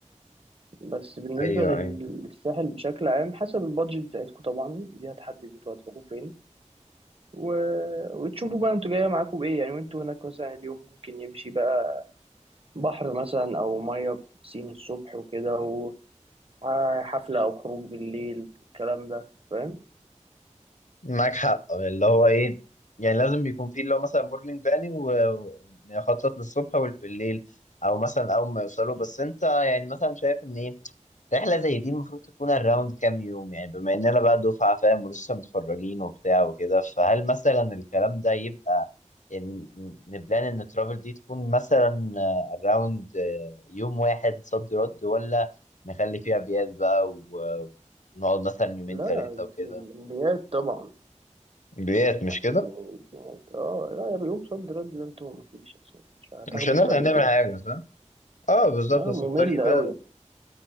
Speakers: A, on the right; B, on the left.
A: بس بالنسبة
B: ايوه
A: لل-
B: ايوه
A: للساحل بشكل عام حسب البادجت بتاعتكو طبعا دي هتحدد انتوا هتروحوا فين و... وتشوفوا بقى انتوا جاية معاكوا بإيه يعني وانتوا هناك مثلا اليوم ممكن يمشي بقى بحر مثلا او ميه بسين الصبح وكده وحفله او خروج بالليل الكلام ده فاهم
B: معاك حق اللي هو ايه يعني لازم بيكون فيه اللي هو مثلا مورنينج باني ونخطط للصبح والبالليل او مثلا اول ما يوصلوا بس انت يعني مثلا شايف ان ايه رحله زي دي المفروض تكون الراوند كام يوم يعني بما اننا بقى دفعه فاهم ولسه متخرجين وبتاع وكده فهل مثلا الكلام ده يبقى إن نبلان ان الترافل دي تكون مثلا الراوند يوم واحد صد رد ولا نخلي فيها بيات بقى و- ونقعد مثلا يومين
A: لا
B: ثلاثه وكده
A: انبيات طبعا
B: بيات مش
A: يعني
B: كده
A: يعني- اه لا يا بيوم صد رد ده انتوا مفيش اصلا مش هتاخدوا
B: مش هنقدر
A: الطريق
B: نعمل
A: كله
B: حاجة صح؟ اه بالظبط
A: اه
B: بس
A: ممل
B: الطريق بقى
A: قوي